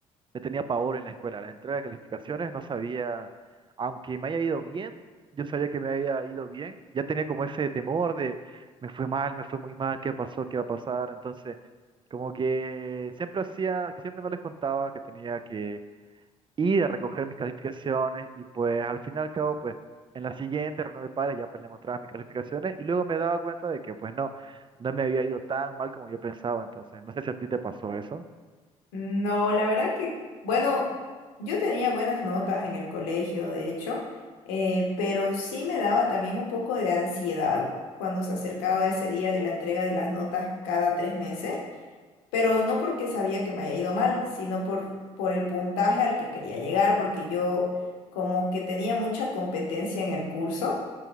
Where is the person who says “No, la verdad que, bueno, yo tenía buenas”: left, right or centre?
Left